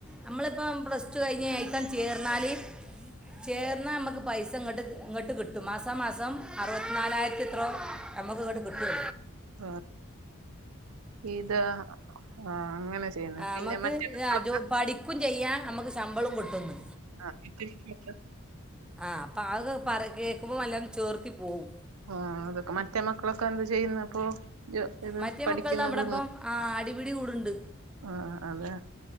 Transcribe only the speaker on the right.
ആ ഇത് ആ അങ്ങനെ
പിന്നെ
മറ്റെ
<unintelligible>
ആഹ് <unintelligible>
ആ അതൊക്കെ മറ്റേ മക്കളൊക്കെ എന്ത് ചെയ്യുന്നു അപ്പൊ ഇത്
പഠിക്കുന്നതാണ്
ആഹ് അതെ